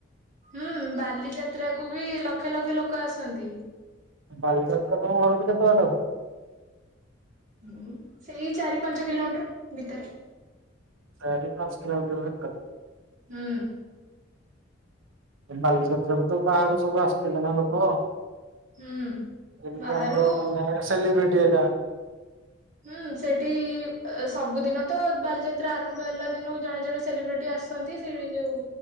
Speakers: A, on the right; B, on the right.
A: ହୁଁ ବାଲିଯାତ୍ରା କୁ ବି ଲକ୍ଷେ ଲକ୍ଷେ ଲୋକ ଆସନ୍ତି।
B: ବାଲିଯାତ୍ରା ତମ ଘରଟୁ କେତେ ବାଟ?
A: ହୁଁ ସେଇ ଚାରି ପାଞ୍ଚ କିଲୋମିଟର ଭିତରେ।
B: ଚାରି ପାଞ୍ଚ କିଲୋମିଟର ଭିତରେ।
A: ହୁଁ।
B: ବାଲିଯାତ୍ରା ବିତ ବାହାରୁ ସବୁ ଆସିଥିବେନା ଲୋକ।
A: ହୁଁ
B: ଯେମିତି
A: ବାହାରୁ
B: ଆମର ମାନେ ସେଲିବ୍ରିଟି ଏଟା।
A: ହୁଁ ସେଠି ସବୁଦିନ ତ ବାଲିଯାତ୍ରା ଆରମ୍ଭ ହେଲା ଦିନୁ ଜଣେ ଜଣେ ସେଲିବ୍ରିଟି ଆସନ୍ତି ସେ ଯୋଉ